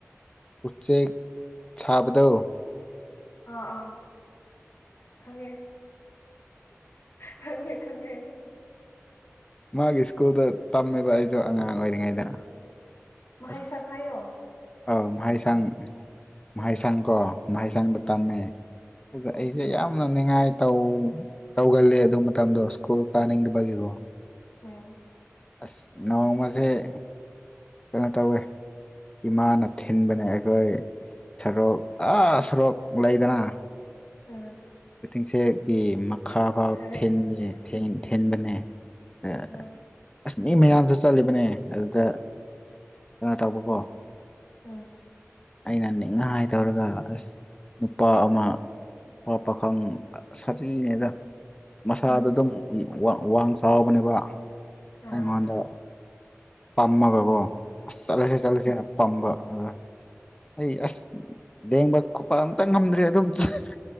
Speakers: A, on the left (about 20°); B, on the left (about 60°).
A: ꯎꯆꯦꯛ ꯁꯥꯕꯗꯧ꯫
B: ꯑꯥ ꯑꯥ ꯈꯪꯉꯦ꯫ ꯈꯪꯉꯦ ꯈꯪꯉꯦ꯫
A: ꯃꯥꯒꯤ ꯁ꯭ꯀꯨꯜꯗ ꯇꯝꯃꯦꯕ ꯑꯩꯖꯨ ꯑꯉꯥꯡ ꯑꯣꯏꯔꯤꯉꯩꯗ
B: ꯑꯥ ꯃꯍꯩꯁꯪ
A: ꯑꯁ꯫
B: ꯍꯥꯏꯌꯣ
A: ꯑꯣ ꯃꯍꯩꯁꯡ
B: ꯑꯥ
A: ꯃꯍꯩꯁꯡ ꯀꯣ ꯃꯍꯩꯁꯡꯗ
B: ꯎꯝ
A: ꯇꯝꯃꯦ꯫ ꯑꯗꯨꯒ
B: ꯎꯝ
A: ꯑꯩꯖꯦ ꯌꯥꯝꯅ ꯅꯤꯉꯥꯏ ꯇꯧ ꯇꯧꯒꯜꯂꯦ ꯑꯗꯨ ꯃꯇꯝꯗꯣ ꯁ꯭ꯀꯨꯜ ꯀꯥꯅꯤꯡꯗꯕꯒꯤꯀꯣ꯫
B: ꯎꯝ꯫
A: ꯑꯁ ꯅꯣꯡꯃꯖꯦ_ _ ꯀꯩꯅꯣ ꯇꯧꯋꯦ ꯏꯃꯥꯅ ꯊꯤꯟꯕꯅꯦ ꯑꯩꯈꯣꯏ꯫ ꯁꯔꯣꯛ ꯑꯥ ꯁꯣꯔꯣꯛ ꯂꯩꯗꯅ꯫
B: ꯎꯝ꯫
A: ꯋꯇꯤꯡꯁꯦꯠꯒꯤ ꯃꯈꯥ
B: ꯑꯥ ꯑꯥ
A: ꯐꯥꯎ
B: ꯈꯪꯉꯦ
A: ꯊꯤꯟꯂꯦ
B: ꯈꯪꯉꯦ
A: ꯊꯦꯟ ꯊꯤꯟꯕꯅꯦ꯫ ꯑ
B: ꯑꯥ
A: ꯑꯁ ꯃꯤ ꯃꯌꯥꯝꯖꯨ ꯆꯠꯂꯤꯕꯅꯦ ꯑꯗꯨꯗ ꯀꯩꯅꯣ ꯇꯧꯕꯀꯣ꯫
B: ꯎꯝ꯫
A: ꯑꯩꯅ ꯅꯤꯡꯉꯥꯏ ꯇꯧꯔꯒ ꯑꯁ ꯅꯨꯄꯥ ꯑꯃ_ _ ꯑꯣ ꯄꯥꯈꯪ ꯁꯥꯊꯤꯅꯦꯗ꯫ ꯃꯁꯥꯗ
B: ꯎꯝ
A: ꯑꯗꯨꯝ ꯋ- ꯋꯥꯡ ꯆꯥꯎꯕꯅꯦꯕ
B: ꯑꯥ
A: ꯑꯩꯉꯣꯟꯗ_
B: ꯑꯥ ꯑꯥ
A: _ ꯄꯝꯃꯒꯀꯣ ꯑꯁ ꯆꯠꯂꯁꯦ ꯆꯠꯂꯁꯦꯅ_ _ ꯄꯝꯕ ꯑꯗ ꯑꯩ ꯑꯁ ꯂꯦꯡꯕ ꯈꯣꯄ ꯑꯝꯇ ꯉꯝꯗ꯭ꯔꯦ ꯑꯗꯨꯝ ꯆꯠ ꯄꯥ_ _